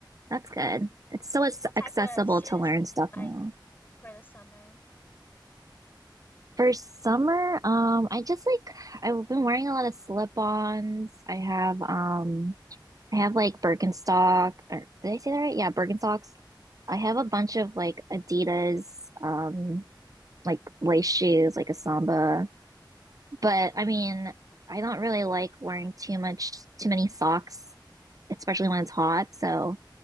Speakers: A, on the right; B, on the left.
A: That's good. It's so ac-
B: What type
A: accessible
B: of shoes
A: to learn
B: do
A: stuff
B: you like
A: now.
B: for the summer?
A: For summer, um, I just like I've been wearing a lot of slip-ons. I have um I have like Birkenstock, or did I say that right? Yeah, Birkenstocks. I have
B: hmm
A: a bunch of like Adidas, um, like lace shoes, like a Samba. But I mean, I don't really like wearing too much, too many socks, especially when it's hot. So